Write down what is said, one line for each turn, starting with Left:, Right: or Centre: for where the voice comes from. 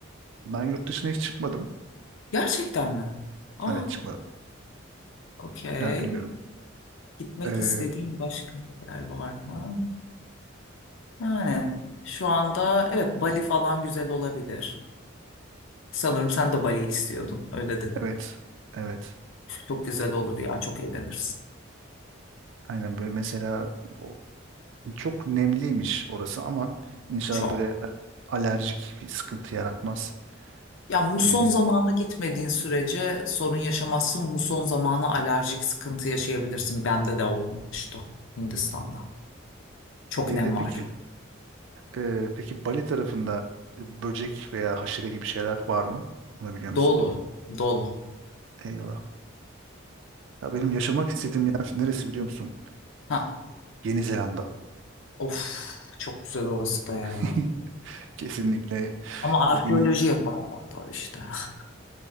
Right: Ben yurt dışına hiç çıkmadım.
Left: Gerçekten mi? Aa,
Right: Evet çıkmadım.
Left: okey.
Right: Yani bilmiyorum.
Left: Gitmek
Right: Ee,
Left: istediğin başka yer var mı? Yani şu anda evet Bali falan güzel olabilir. Sanırım sen de Bali'yi istiyordun. Öyle dedim.
Right: evet. Evet.
Left: Çok güzel olur ya. Çok eğlenirsin.
Right: Aynen böyle mesela o, çok nemliymiş orası ama inşallah
Left: Çok.
Right: böyle a- alerjik bir sıkıntı yaratmaz.
Left: Ya muson
Right: Bilemiyorum.
Left: zamanı gitmediğin sürece sorun yaşamazsın. Muson zamanı alerjik sıkıntı yaşayabilirsin. Bende de olmuştu Hindistan'da. Çok
Right: Şeyde
Left: nem var.
Right: peki e, peki Bali tarafında böcek veya haşere gibi şeyler var mı? Onu biliyor musun?
Left: Dolu. Dolu.
Right: Eyvah. Ya benim yaşamak istediğim yer neresi biliyor musun?
Left: Ha.
Right: Yeni Zelanda.
Left: Of. Çok güzel orası da
Right: <laughs>
Left: ya.
Right: Kesinlikle
Left: Ama arkeoloji
Right: yeni
Left: yapamam orada işte. <laughs>